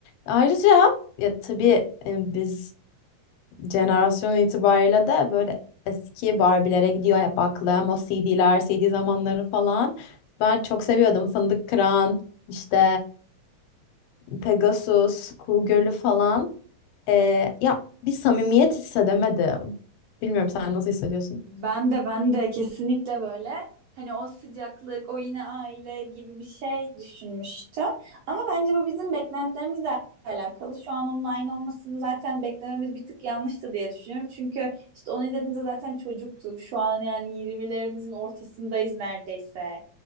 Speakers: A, on the left; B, on the right.
A: Ayrıca ya tabii e, biz jenerasyon itibariyle de böyle eski Barbie'lere gidiyor hep aklım. O CD'ler, CD zamanları falan. Ben çok seviyordum. Fındık Kıran, işte Pegasus, Kuğu Gölü falan. E, ya bir samimiyet hissedemedim. Bilmiyorum sen nasıl hissediyorsun?
B: Ben de ben de kesinlikle böyle hani o sıcaklık, o yine aile gibi bir şey düşünmüştüm. Ama bence bu bizim beklentilerimizle alakalı. Şu an onun aynı olmasını zaten beklememiz bir tık yanlıştı diye düşünüyorum. Çünkü işte onu izlediğimde zaten çocuktuk. Şu an yani 20'lerimizin ortasındayız neredeyse.